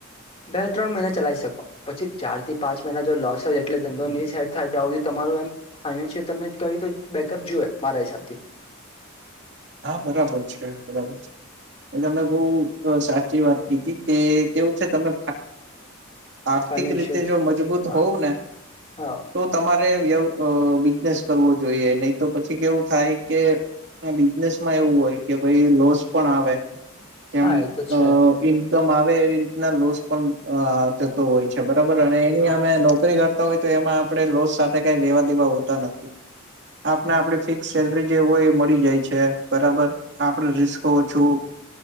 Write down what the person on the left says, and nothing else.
બે ત્રણ મહિના ચલાવી શકો પછી ચાર થી પાંચ મહિના જો લોસ હોય એટલે ધંધો ની હેટ થાય ત તમારું એમ ફાઈશયલ ત ક બેકઅપ જોુએ મારા હિસાબથી
ફાઈનાન્શિયલ
હા
હા
હા
એ તો છે
એ
તો